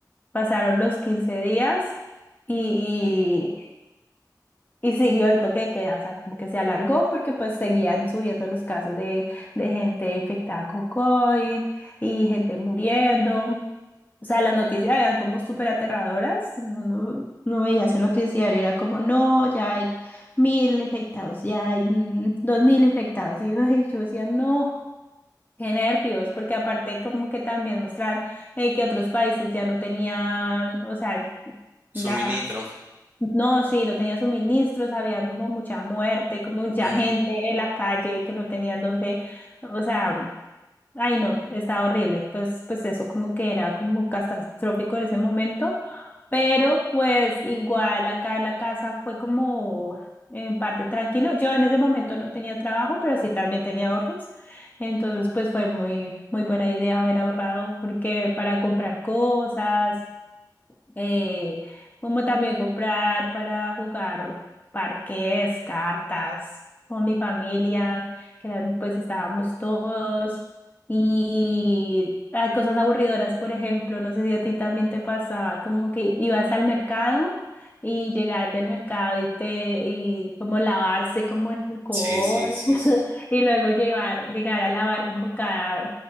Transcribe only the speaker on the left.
Pasaron los 15 días y, y siguió el toque de queda, o sea, como que se alargó porque pues seguían subiendo los casos de, de gente infectada con COVID y gente muriendo. O sea, las noticias eran como súper aterradoras. No, no, no veía ese noticiero, era como, no, ya hay mil infectados, ya hay mm, dos mil infectados. Y yo, ay, yo decía, no, qué nervios, porque aparte como que también mostraban eh, que otros países ya no tenían, o sea,
la no, sí, no tenía suministros, había como mucha muerte, como mucha
gente en la calle que no tenían dónde, o sea, ay no, estaba horrible. Entonces, pues eso como que era como catastrófico en ese momento, pero pues igual acá en la casa fue como en parte tranquilo. Yo en ese momento no tenía trabajo, pero sí también tenía ahorros. Entonces, pues fue muy, muy buena idea haber ahorrado porque para comprar cosas eh, como también comprar para jugar parques, cartas con mi familia, que eran, pues estábamos todos. Y hay cosas aburridoras, por ejemplo, no sé si a ti también te pasaba, como que ibas al mercado y llegar del mercado y te y como lavarse como en alcohol
<laughs>
y luego llevar llegar a lavar como cada